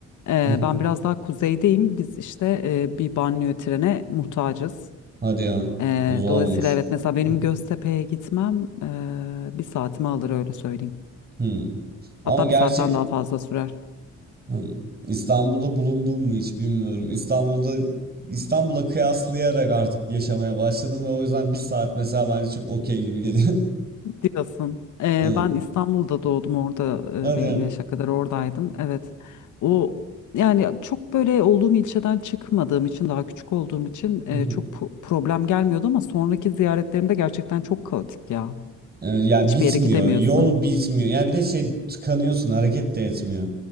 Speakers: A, on the left (about 75°); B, on the right (about 30°).
A: e,
B: <laughs>
A: ben biraz daha kuzeydeyim. Biz işte e, bir banliyö trene muhtacız.
B: Hadi ya.
A: E,
B: O zormuş.
A: dolayısıyla evet mesela benim
B: <laughs>
A: Göztepe'ye gitmem e, bir saatimi alır öyle söyleyeyim.
B: Hı. Ama
A: Hatta
B: gerçi
A: bir saatten daha fazla sürer.
B: Hı. İstanbul'da bulundum mu hiç bilmiyorum. İstanbul'da İstanbul'a kıyaslayarak artık yaşamaya başladım ve o yüzden bir saat mesela bence çok okey gibi geliyor.
A: diyorsun.
B: <laughs>
A: Ee,
B: Evet.
A: ben İstanbul'da doğdum orada
B: Hadi.
A: e, belli bir yaşa kadar oradaydım. Evet. O yani çok böyle olduğum ilçeden çıkmadığım için daha küçük olduğum için e,
B: <laughs>
A: çok pro- problem gelmiyordu ama sonraki ziyaretlerimde gerçekten çok kaotik ya.
B: Ee, Ya
A: Hiçbir
B: bitmiyor.
A: yere gidemiyorsun.
B: Yol bitmiyor. Yani bir de şey tıkanıyorsun. Hareket de etmiyor.